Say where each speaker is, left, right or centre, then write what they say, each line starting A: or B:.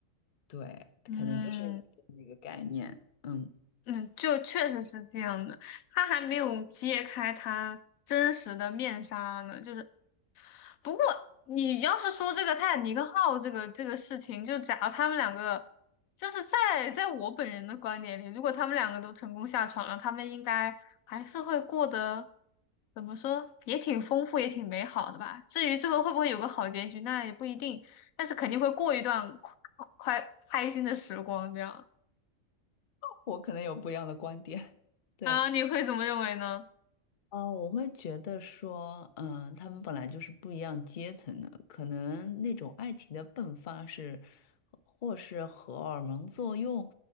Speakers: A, on the left (about 45°); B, on the left (about 85°).
A: 对，
B: 嗯
A: 可能就是那个概念，嗯。
B: 嗯，就确实是这样的。他还没有揭开他真实的面纱呢，就是不过你要是说这个泰坦尼克号这个这个事情，就假如他们两个，就是在在我本人的观点里，如果他们两个都成功下船了，他们应该还是会过得怎么说，也挺丰富，也挺美好的吧。至于最后会不会有个好结局，那也不一定，但是肯定会过一段快快开心的时光这样。
A: 我可能有不一样的观点。<laughs> 对，
B: 啊，你会怎么认为呢？
A: 啊，我会觉得说，嗯、他们本来就是不一样阶层的，可能那种爱情的迸发是，或是荷尔蒙作用，